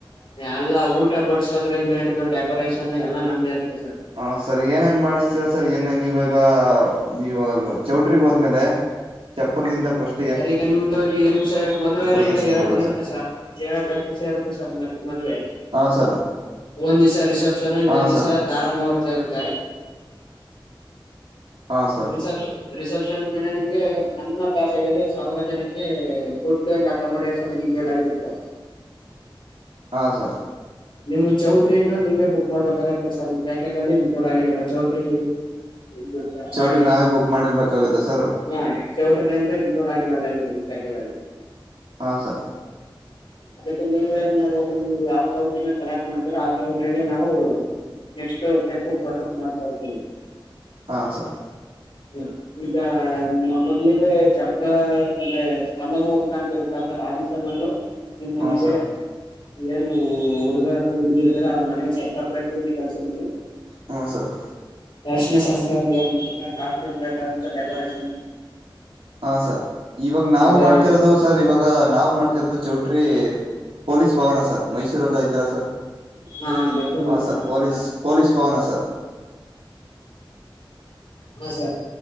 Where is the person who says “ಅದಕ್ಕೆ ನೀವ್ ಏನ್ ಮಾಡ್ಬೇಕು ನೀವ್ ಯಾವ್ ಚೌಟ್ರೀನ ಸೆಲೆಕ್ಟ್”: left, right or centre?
Left